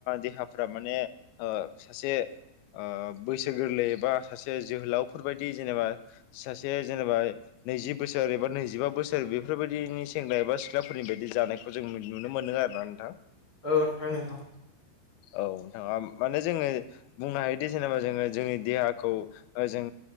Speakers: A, on the left; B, on the left.
A: देहाफ्रा माने ओ सासे ओ बैसो गोरलै एबा सासे जोहोलावफोरबायदि जेनेबा सासे जेनेबा नैजि बोसोर एबा नैजिबा बोसोर बेफोरबायदिनि सेंग्रा एबा सिख्लाफोरनि बायदि जानायखौ जों मो नुनो मोनो नो आरोना नोंथां
B: औ नोंथां नोंगौ
A: औ नोंथाङा माने जोङो बुंनो हायोदि जेनेबा जोङो जोंनि देहाखौ ओ जों